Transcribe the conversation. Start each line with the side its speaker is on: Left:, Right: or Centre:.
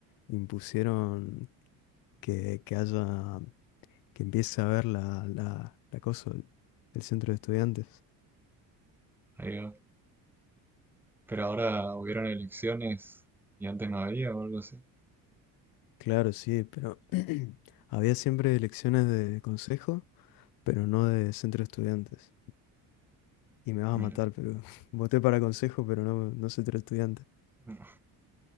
Left: Impusieron que, que haya, que empiece a haber la, la, la cosa, el, el centro de estudiantes.
Centre: Ahí va. Pero ahora hubieron elecciones y antes no había o algo así.
Left: Claro, sí, pero <clears throat> había siempre elecciones de consejo, pero no de centro de estudiantes. Y me vas
Centre: Mira.
Left: a matar, pero <laughs> voté para consejo, pero no, no soy tu estudiante.
Centre: no.